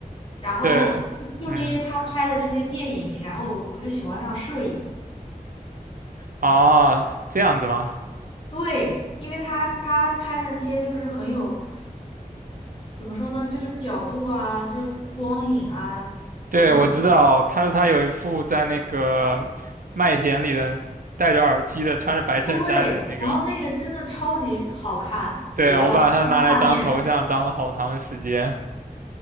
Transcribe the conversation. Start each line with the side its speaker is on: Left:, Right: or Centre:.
Left: 然后就是因为他拍的这些电影，
Right: 对，嗯，
Left: 然后我就喜欢上摄影。
Right: 啊，这样子吗？
Left: 对，因为他他拍的那些就是很有，怎么说呢，就是角度啊，就是光影啊
Right: 对，
Left: 等等吧。
Right: 我知道他，他有一副在那个麦田里的戴着耳机的，穿着白衬衫的那个。
Left: 对，然后那个真的超级好看，
Right: 对，
Left: 绝了，
Right: 我把它拿来当头像，
Left: 那个画面，
Right: 当了好长的时间。